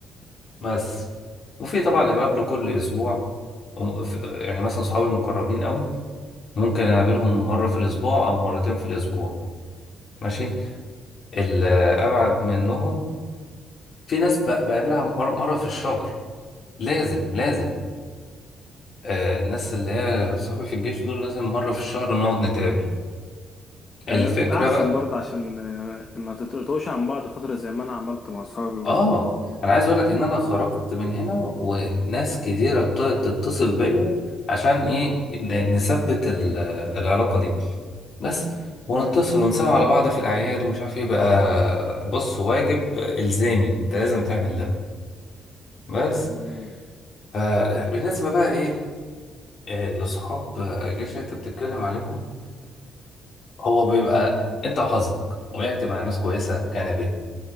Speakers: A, on the left; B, on the left.
A: بس وفي طبعا اللي بقابله كل اسبوع وم- ف- يعني مثلا صحابي المقربين قوي ممكن اقابلهم مرة في الاسبوع او مرتين في الاسبوع ماشي الابعد منهم في ناس بق- بقابلها مر- مرة في الشهر لازم لازم آه، الناس اللي هي صحابي في الجيش دول لازم مرة في الشهر نقعد نتقابل الفكرة
B: آه، احسن
A: بقى
B: برضه عشان آه، ما تتقطعوش عن بعض فتره زي ما انا عملت مع صحابي برضه
A: اه انا عايز اقول لك ان انا خرجت من هنا وناس كتيره ابتدت تتصل بيا عشان ايه ن- نثبت ال- العلاقه دي بس ونتصل
B: <laughs>
A: ونسمع على بعض في الاعياد ومش عارف ايه بقى بص واجب الزامي انت لازم تعمل ده بس
B: مم.
A: آه، بالنسبه بقى ايه آه، لاصحاب آه، الجيش اللي انت بتتكلم عليهم هو بيبقى انت وحظك وقعت مع ناس كويسه كان بيها